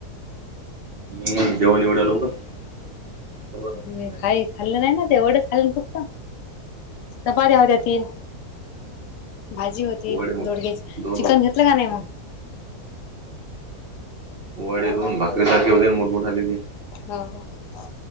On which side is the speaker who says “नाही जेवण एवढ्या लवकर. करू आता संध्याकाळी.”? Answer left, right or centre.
Right